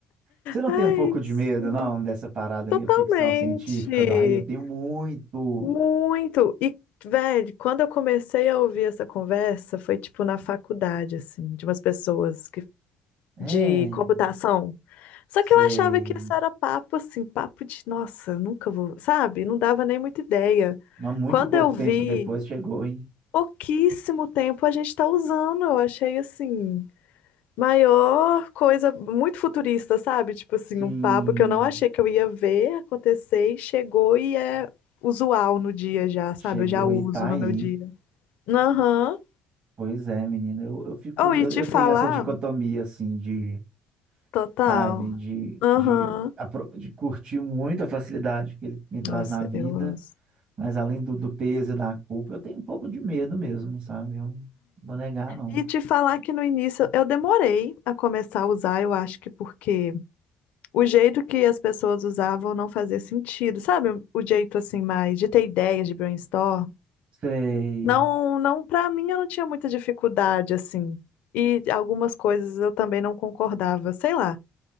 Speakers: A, on the right; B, on the left.
A: Você não
B: Ai,
A: tem um pouco de
B: sim.
A: medo, não, dessa parada
B: totalmente.
A: meio ficção científica do aí? Eu tenho muito.
B: Muito. E, velho, quando eu comecei a ouvir essa conversa, foi tipo na faculdade, assim, de umas pessoas que,
A: É,
B: de computação. Só
A: sei.
B: que eu achava que isso era papo, assim, papo de, nossa, nunca vou, sabe? Não dava nem muita ideia.
A: Mas muito
B: Quando
A: pouco
B: eu
A: tempo
B: vi,
A: depois chegou, hein?
B: pouquíssimo tempo a gente tá usando, eu achei, assim, maior coisa, muito futurista, sabe? Tipo assim,
A: Sim,
B: um papo que eu não achei que eu ia ver acontecer e chegou e é usual no dia já,
A: chegou
B: sabe? Eu já uso
A: e tá aí.
B: no meu dia. Aham.
A: Pois é, menino. Eu, eu fico.
B: Ou e
A: Eu, eu
B: te
A: tenho
B: falar,
A: essa dicotomia, assim, de,
B: total.
A: sabe, de,
B: Aham.
A: de, apro- de curtir muito a facilidade que ele me traz
B: Nossa,
A: na vida,
B: eu amo.
A: mas além do, do peso e da culpa, eu tenho um pouco de medo mesmo, sabe? Eu não vou negar, não.
B: E te falar que no início eu demorei a começar a usar, eu acho que porque o jeito que as pessoas usavam não fazia sentido, sabe? O jeito assim mais de ter ideias de brainstorm.
A: Sei.
B: Não, não, para mim eu não tinha muita dificuldade assim. E algumas coisas eu também não concordava, sei lá.